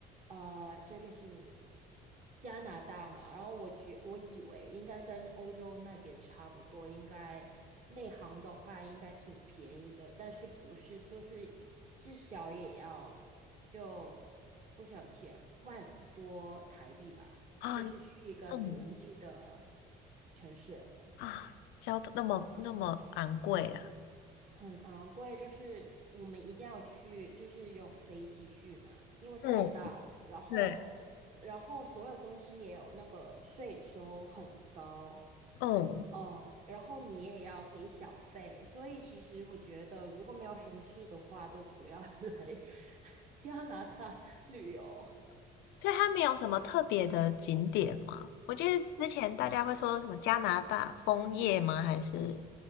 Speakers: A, on the right; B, on the left.
A: 呃，这边是加拿大嘛，然后我觉我以为应该跟欧洲那边差不多，应该内行的话应该挺便宜的，但是不是就是至少也要就多少钱，万多台币吧，
B: 啊
A: 就是去一个邻近的
B: 嗯
A: 城市。
B: 啊，交通那么那么昂贵啊。
A: 很昂贵，就是我们一定要去，就是用飞机去嘛，因为太大了。
B: 嗯，
A: 然后，
B: 对，
A: 然后所有东西也有那个税收很高，
B: 嗯，
A: 嗯，然后你也要给小费，所以其实我觉得，如果没有什么事的话，都不要 <laughs> 来加拿大旅游。
B: 所以它没有什么特别的景点吗？我记得之前大家会说什么加拿大枫叶吗？还是？